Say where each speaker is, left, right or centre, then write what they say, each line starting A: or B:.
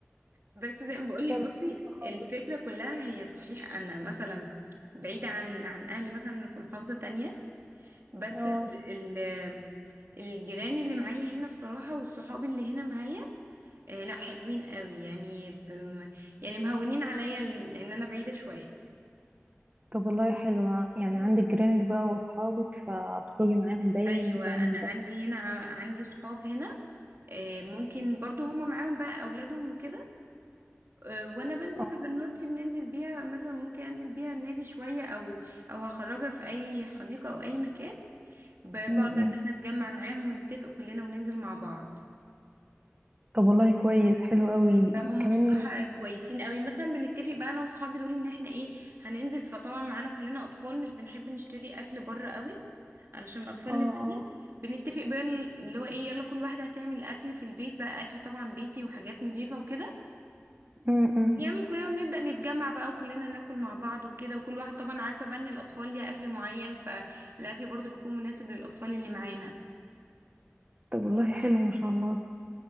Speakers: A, on the right; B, on the right.
A: بس زي ما بقولك
B: ده لطيفة
A: بصي
B: خالص
A: الفكرة كلها هي صحيح انا مثلا بعيدة عن عن اهلي مثلا في محافظة تانية بس
B: اه
A: ال ال- الجيران اللي معايا هنا بصراحة والصحاب اللي هنا معايا آه لا حلوين قوي يعني بم... يعني مهونين عليا ال- ان انا بعيدة شوية
B: طب والله حلوة يعني عندك جيرانك بقى واصحابك فبتخرجي معاهم دايما
A: ايوه
B: وكلام
A: انا
B: من ده
A: عندي هنا ع- عندي صحاب هنا آه ممكن برضو هما معاهم بقى اولادهم وكده آه وانا بنزل
B: اه
A: ببنوتي بننزل بيها مثلا ممكن انزل بيها النادي شوية او او هخرجها في اي حديقة او اي مكان ب-
B: م-م.
A: بقدر ان احنا نتجمع معاهم ونتفق كلنا وننزل مع بعض
B: طب والله كويس حلو قوي
A: فهم
B: كمان
A: بصراحة كويسين قوي مثلا بنتفق بقى انا وصحابي دول ان احنا ايه هننزل فطبعا معانا كلنا اطفال مش بنحب نشتري اكل بره قوي علشان الاطفال
B: اه
A: اللي
B: اه
A: بنتفق بقى اللي هو ايه يلا كل واحدة هتعمل اكل في البيت بقى اكل طبعا بيتي وحاجات نضيفة وكده
B: م-م.
A: نعمل كده ونبدأ نتجمع بقى وكلنا ناكل مع بعض وكده وكل واحد طبعا عارفة بقى ان الاطفال ليها اكل معين فالاكل برضو بيكون مناسب للأطفال اللي معانا
B: طب والله حلو ما شاء الله